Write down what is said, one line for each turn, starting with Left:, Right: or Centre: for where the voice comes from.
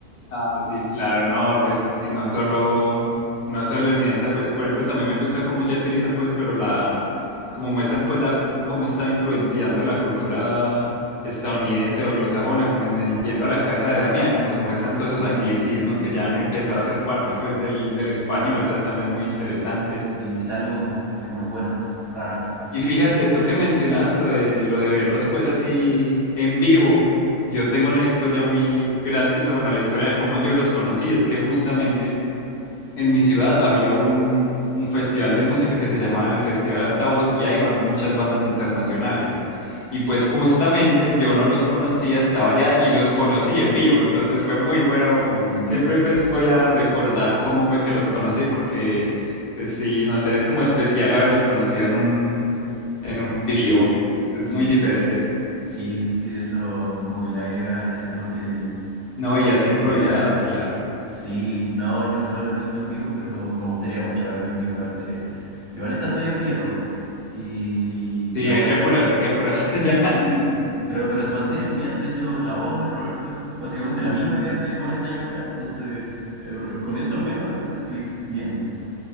Left: Ah, sí, claro, no, pues, y no solo, no solo en esa, pues, por ejemplo, también me gusta cómo ya utilizan, pues, pero la, como muestran, pues, la, cómo está influenciando la cultura estadounidense o anglosajona, como en, en
Right: Ah,
Left: yendo a la casa de Damián, como se muestran todos esos
Right: sí,
Left: anglicismos
Right: sí,
Left: que ya han empezado a ser parte,
Right: sí,
Left: pues,
Right: sí.
Left: del, del español, esa también es muy interesante.
Right: Sí, ese álbum es muy bueno, raro.
Left: Y fíjate, tú que mencionas lo de, lo de verlos pues así en vivo, yo tengo una historia muy graciosa, bueno, la historia de cómo yo los conocí es que justamente en mi ciudad había un, un festival de música que se llamaba el Festival Altavoz y ahí van muchas bandas internacionales. Y pues justamente yo no los conocía, estaba allá y los conocí en vivo, entonces fue muy bueno,
Right: Uh,
Left: siempre pues voy a recordar cómo fue que los conocí porque eh, sí, no sé, es como especial haberlos conocido en un en un vivo. Es
Right: sí,
Left: muy diferente.
Right: sí, sí, eso como que le agrega ese toque
Left: No, y es improvisado,
Right: especial.
Left: claro.
Right: Sí, no, yo nunca los he visto en vivo, pero me gustaría mucho verlos en vivo. Aparte, igual están medios viejos. Y
Left: Sí,
Right: ahora
Left: hay que apurarse,
Right: sí
Left: hay que apurarse <laughs> ya.
Right: Y, pero, pero se mantienen bien, de hecho la voz del Roberto es básicamente la misma que hace 40 años atrás, entonces eh, con eso al menos eh, estoy bien.